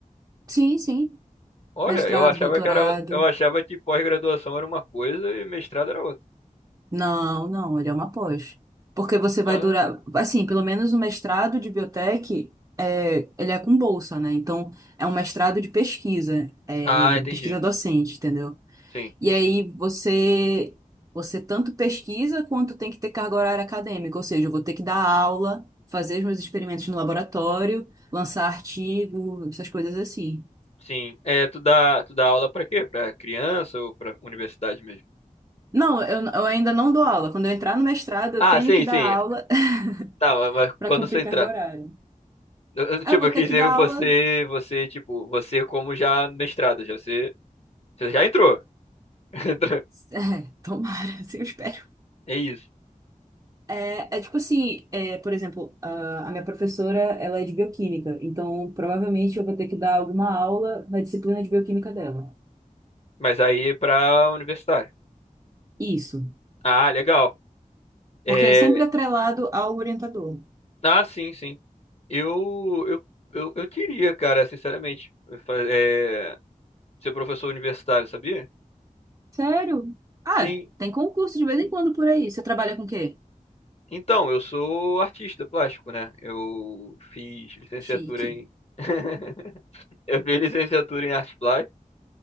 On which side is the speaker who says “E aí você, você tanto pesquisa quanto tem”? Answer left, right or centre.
Right